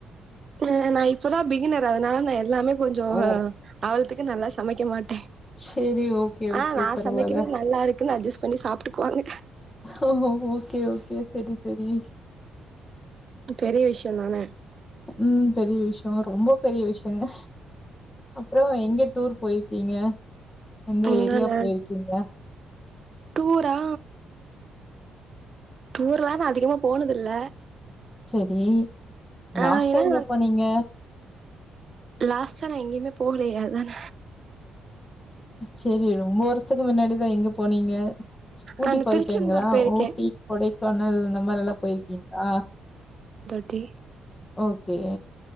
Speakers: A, on the right (about 45°); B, on the left (about 25°).
A: இல்ல நா இப்பதா பிகினரு அதனால நா எல்லாமே கொஞ்சோ
B: ஓ!
A: ஆவலத்துக்கு நல்லா சமைக்க மாட்டே
B: சரி, ஓகே, ஓகே.
A: ஆ நா
B: பரவால்ல.
A: சமைக்குறது நல்லா இருக்குன்னு அட்ஜஸ்ட் பண்ணி சாப்ட்டுக்குவாங்க
B: ஓ ஓ ஓகே ஓகே செரி செரி
A: பெரிய விஷயோ தான
B: ம் பெரிய விஷயோ ரொம்ப பெரிய விஷயோங்க அப்றோ எங்க டூர் போயிருக்கீங்க எந்த
A: ம்
B: ஏரியா
A: நானு
B: போயிருக்கீங்க
A: டூரா டூர்லா நா அதிகமா போனதில்ல
B: செரி
A: ஆ
B: லாஸ்ட்டா
A: ஏன்னா
B: எங்க போனீங்க
A: லாஸ்டா நா எங்கயுமே போகலையே அதான
B: செரி ரொம்ப வருஷத்துக்கு முன்னாடிதா எங்க போனீங்க ஊட்டி
A: ஆனா
B: பொறிக்கீங்களா
A: திருச்செந்தூர் போயிருக்கேன்.
B: ஊட்டி கொடைக்கானல் இந்த மாரில்லா போயிருக்கீங்களா
A: தே
B: ஓகே